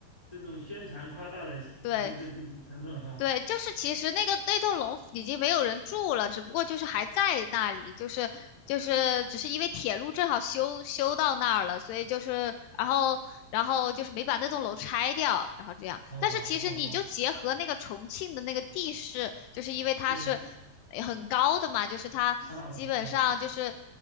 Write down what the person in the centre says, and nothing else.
这种宣传夸大的这这这种成分哈。
啊啊啊，
对，
啊啊，